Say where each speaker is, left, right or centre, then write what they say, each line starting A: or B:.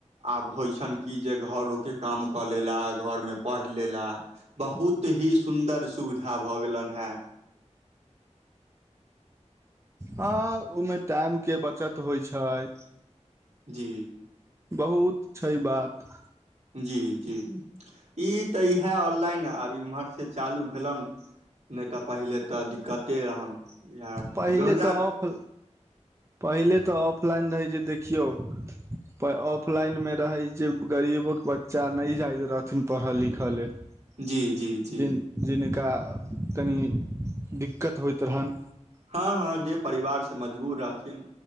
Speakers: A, on the right (about 65°); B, on the right (about 25°).
A: आब होइ छनि की जे, घरोे काम कऽ लेला घरमे पढ़ि लेला। बहुत ही सुन्दर सु सुविधा भऽ गेलनि हैं।
B: हँ उ में टाइम के बचत होइ छै।
A: जी
B: बहुत छै बात।
A: जी-जी ई तऽ इहै ऑनलाइन आब इम्हर से चालू भेलनि, नहि तऽ पहिले तऽ दिक्कते रहनि इएह
B: पहिले
A: दू हजार
B: तऽ ऑफ पहिले तऽ ऑफलाइन रहै जे देखियौ। पै ऑफलाइन मे रहै जे, गरीबक बच्चा नहि जाइत रहथिन पढ़ऽ लिखऽ लेल।
A: जी-जी-जी
B: जिन जिनका कनि दिक्कत होइत रहनि।
A: हँ-हँ जे परिवार से मजबूर रहथिन।